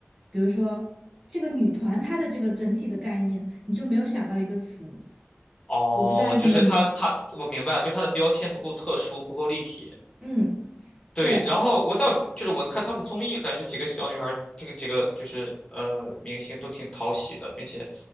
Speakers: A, on the right (about 20°); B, on the left (about 25°).
A: 比如说这个女团她的这个整体的概念，你就没有想到一个词，
B: 哦，
A: 我不知道你怎么理，
B: 就是他他，我明白了，就他的标签不够特殊，不够立体。
A: 嗯，
B: 对，
A: 对，
B: 然后我到就是我看他们综艺，感觉这几个小女孩儿这个几个就是呃明星都挺讨喜的，并且